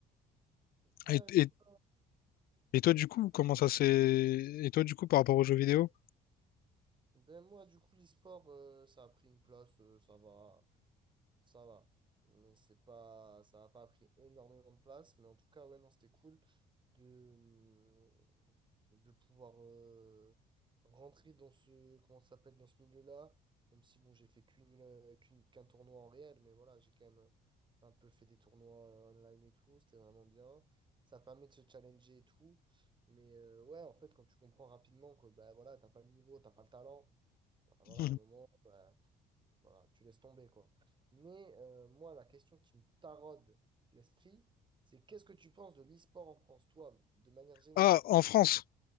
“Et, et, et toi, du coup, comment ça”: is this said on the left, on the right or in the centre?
Left